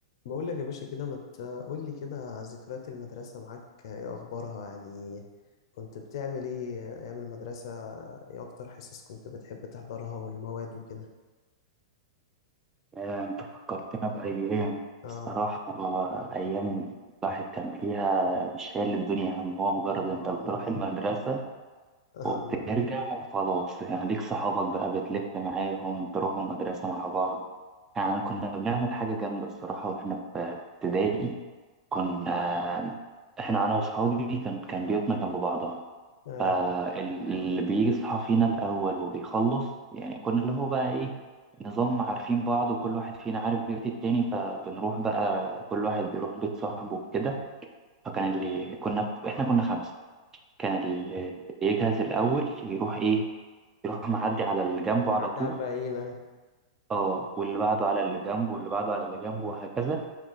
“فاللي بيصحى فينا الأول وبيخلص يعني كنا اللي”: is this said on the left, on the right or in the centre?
Right